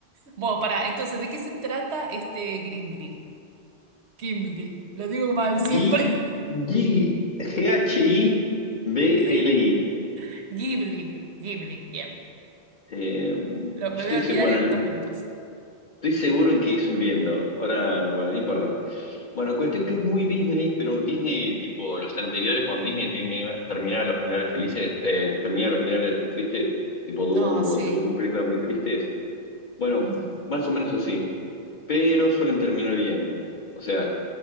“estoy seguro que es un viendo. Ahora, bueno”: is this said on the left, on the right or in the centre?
Left